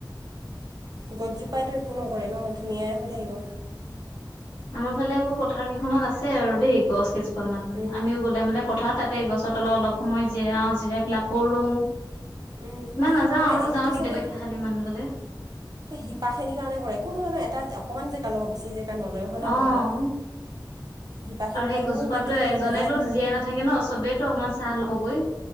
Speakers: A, on the right; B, on the left.
A: গছজোপাইতো একো নকৰে ন' ধুনীয়াই হৈ থাকিব।
B: আমাৰফালে আকৌ পথাৰ কেইখনত আছে আৰু দেই গছ কেইজোপা মান
A: উম
B: আমিও গ'লে মানে পথাৰত তাতে গছত তলত অলপ সময় জিৰাও জিৰাই পেলাই আকৌ ৰুও।
A: উম
B: ইমান নাযাওঁ
A: মানে
B: আৰু
A: ইহঁতি
B: যাওঁ কেতিয়াবাে
A: চাগে
B: খালী মন গ'লে।
A: সেই শিপাখিনিৰ কাৰনে কৰে একো নহয় নহয় এটা অকনমান জেগা লব বেছি জেগা নলয়। হয় নে
B: অ',
A: নহয় কোৱা শিপাখিনি
B: আৰু
A: ওলালেনো
B: সেই গজোপাতটো
A: ইমান দীঘলে
B: এজনেতো
A: নাযায় নহয়
B: জীয়াই নাথ থাকে ন' চবেইেতটো অকমান ছাহ ল'বগৈ।